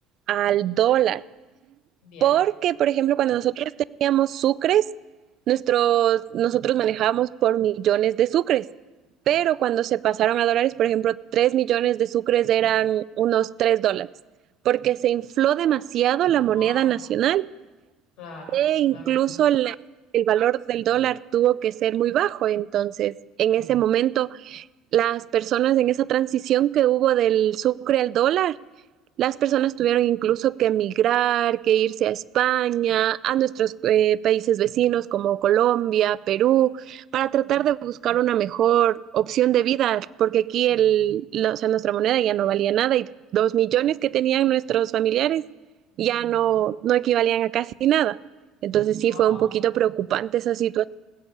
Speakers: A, on the right; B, on the left.
A: al
B: Ujú.
A: dólar.
B: Bien.
A: Porque, por ejemplo, cuando nosotros teníamos sucres, nuestros, nosotros manejábamos por millones de sucres. Pero cuando se pasaron a dólares, por ejemplo, 3 millones de sucres eran unos 3 dólares, porque se infló demasiado la
B: Wow.
A: moneda nacional
B: Claro,
A: e incluso
B: claro.
A: la el valor del dólar tuvo que ser muy bajo. Entonces, en ese momento, las personas en esa transición que hubo del sucre al dólar, las personas tuvieron incluso que emigrar, que irse a España, a nuestros eh, países vecinos como Colombia, Perú, para tratar de buscar una mejor opción de vida, porque aquí el, la, o sea, nuestra moneda ya no valía nada y dos millones que tenían nuestros familiares ya no, no equivalían a casi nada. Entonces
B: Wow.
A: sí fue un poquito preocupante esa situación.